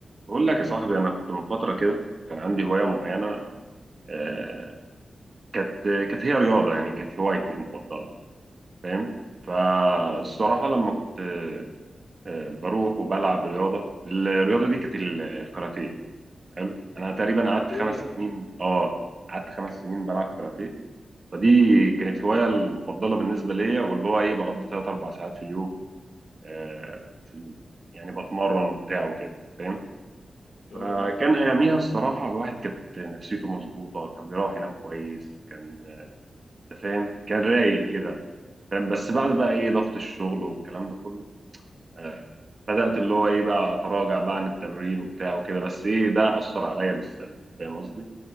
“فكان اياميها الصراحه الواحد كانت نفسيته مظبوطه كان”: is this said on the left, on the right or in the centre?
Right